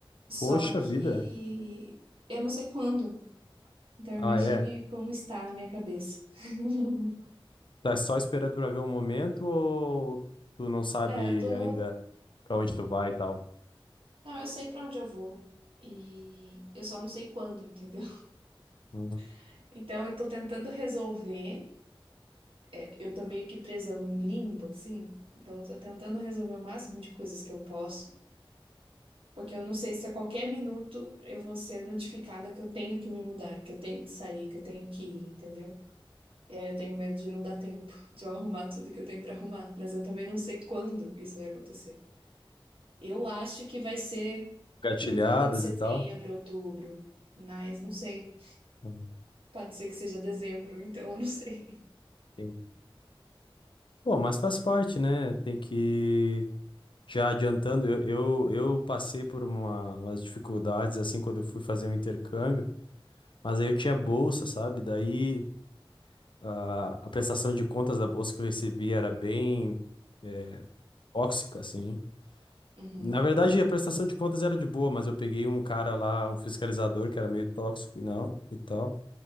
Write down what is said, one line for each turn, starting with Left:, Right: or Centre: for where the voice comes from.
Right: Só
Left: Poxa
Right: que
Left: vida.
Right: eu não sei quando. Então
Left: Ah,
Right: imagine
Left: é.
Right: como está a minha cabeça. <laughs>
Left: Tá só esperando pra ver o momento ou tu não sabe
Right: É, eu tô.
Left: ainda pra onde tu vai e tal?
Right: Não, eu sei pra onde eu vou. E eu só não sei quando, entendeu?
Left: Hum.
Right: <laughs> Então eu tô tentando resolver. É, eu tô meio que presa num limbo, assim. Então eu tô tentando resolver o máximo de coisas que eu posso. Porque eu não sei se a qualquer minuto eu vou ser notificada que eu tenho que me mudar, que eu tenho que sair, que eu tenho que ir, entendeu? E aí eu tenho medo de não dar tempo <laughs> de eu arrumar tudo que eu tenho pra arrumar. Mas eu também não sei quando isso vai acontecer. Eu acho que vai ser
Left: Gatilhadas
Right: por volta de setembro,
Left: e tal?
Right: outubro. Mas não sei.
Left: Hum,
Right: Pode ser que seja dezembro, <laughs> então eu não sei.
Left: entendi. Bom, mas faz parte, né? Tem que. Já adiantando, eu, eu, eu passei por uma, umas dificuldades assim quando eu fui fazer o intercâmbio, mas aí eu tinha bolsa, sabe? Daí a, a prestação de contas da bolsa que eu recebi era bem é, tóxica, assim.
Right: Uhum,
Left: Na verdade, a prestação de contas era de boa, mas eu peguei um cara lá, um fiscalizador que era meio tóxico e não, e tal.